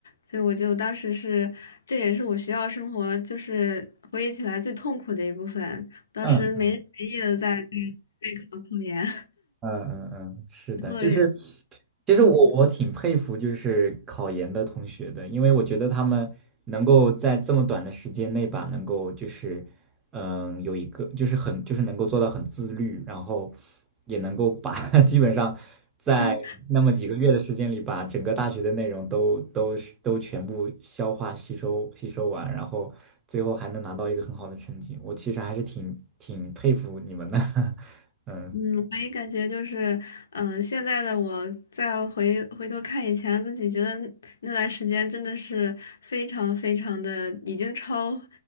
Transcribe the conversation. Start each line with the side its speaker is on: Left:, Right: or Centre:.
Left: 所以我就当时是，这也是我学校生活就是回忆起来最痛苦的一部分。当时没日没夜的在在
Right: 嗯
Left: 备考考研，
Right: 嗯嗯嗯，是的，
Left: <laughs> 然后也
Right: 就是，其实我我挺佩服就是考研的同学的，
Left: 嗯，
Right: 因为我觉得他们能够在这么短的时间内吧，能够就是，嗯，有一个就是很就是能够做到很自律，然后也能够把 <laughs> 基本上在那么几个月的时间里，
Left: 那。
Right: 把整个大学的内容都都是都全部消化吸收吸收完，然后最后还能拿到一个很好的成绩，我其实还是挺挺佩服你们的，<laughs> 嗯。
Left: 嗯，我也感觉就是，嗯、现在的我再回回头看以前自己，觉得那段时间真的是非常非常的已经超，